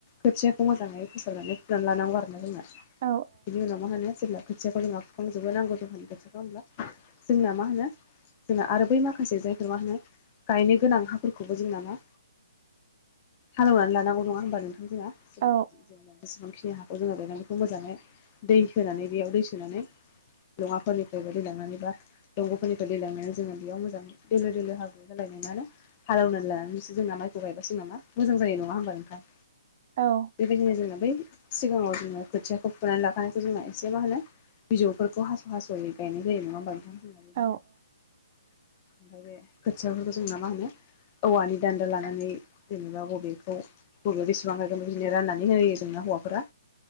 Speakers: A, on the left; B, on the right.
A: खोथियाखौ मोजाङै फोसाबनानै फुनानै लानांगौ आरो ना जोंना
B: औ
A: बिनि उनाव मा होनो जेब्ला खोथियाखौ जोंहा फुखांजोबनो नांगौ जखानि खोथियाखौ होमब्ला जोंना मा होनो जोंना आरो बै माखासे जायफोर मा होनो गायनो गोनां हाफोरखौबो जोंना मा हालौनानै लानांगौ नङा होमबा नोंथां जोंहा जे
B: औ
A: बेसेबांखिनि हागोन जोंना गायनानै बेखौ मोजाङै दै होनानै बेयाव दै सोनानै लङाफोरनिफ्रायबो दै लांनानैबा दंग'फोरनिखौ दैेलांनानै जोङो बेयाव मोजां दोलो दोलो हालौना लानानै जोंना माइखौ गायबासो मा माइआ मोजां जायो नङा होमबा नोंथां?
B: औ
A: बेबायदिनो जोङो बै सिगाङाव जोङो खोथियाखौ फुनानै लाखानायखौ जोङो एसे मा होनो बिजौफोरखौ हास' हास'यै गायनाय जायो नङा होमबा नोंथां। जोंना बिदिनो
B: औ
A: ओमफ्राय बे खोथियाफोरखौ जों ना मा होनो औवानि दान्दा लानानै जेनेबा बबेखौ बबेयाव बेसेबां हागोन बिदिनो राननानै होयो जोंनो हौवाफोरा